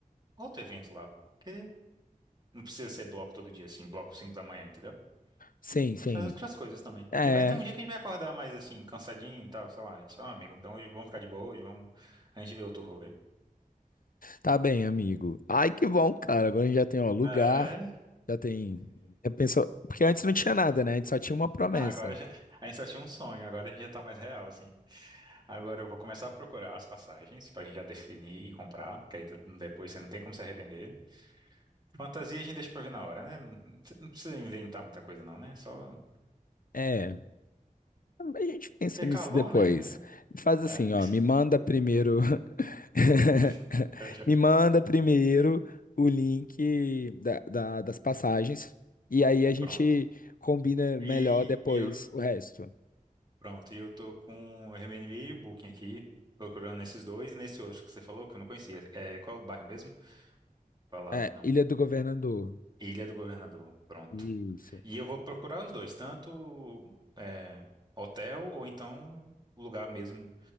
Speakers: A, on the right; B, on the left.
A: outro evento lá. Porque não precisa ser bloco todo dia, assim, bloco 5 da manhã, entendeu?
B: Sim, sim.
A: A gente faz outras coisas também. Porque
B: É.
A: vai ter um dia que a gente vai acordar mais assim, cansadinho e tal, sei lá. Só, ah, amigo, então hoje vamos ficar de boa, hoje vamos. A gente vê outro rolê.
B: Tá bem, amigo. Ai, que bom, cara. Agora a gente já tem, ó, lugar,
A: É.
B: já tem. Já pensou, porque antes não tinha nada, né? A gente só tinha uma promessa.
A: Não, agora já. <laughs> A gente só tinha um sonho, agora a gente já tá mais real, assim. Agora eu vou começar a procurar as passagens pra gente já definir e comprar, que aí de- depois você não tem como se arrepender. Fantasia a gente deixa pra ver na hora, né? Não não precisa inventar muita coisa, não, né? É Só.
B: É, a gente pensa
A: Porque é
B: nisso
A: calor,
B: depois.
A: né?
B: Faz
A: É.
B: assim,
A: É.
B: ó, me manda primeiro, <laughs>
A: <laughs>
B: me manda primeiro o link da, da- das passagens e aí a gente
A: Pronto.
B: combina
A: E,
B: melhor depois
A: e eu,
B: o resto.
A: Pronto, e eu tô com o Airbnb e o Booking aqui, procurando nesses dois e nesse outro que você falou, que eu não conhecia. É, qual é o bairro mesmo? Falar,
B: É,
A: não.
B: Ilha do Governador.
A: Ilha do Governador, pronto.
B: Isso,
A: E eu vou procurar os dois, tanto é, hotel ou então lugar mesmo,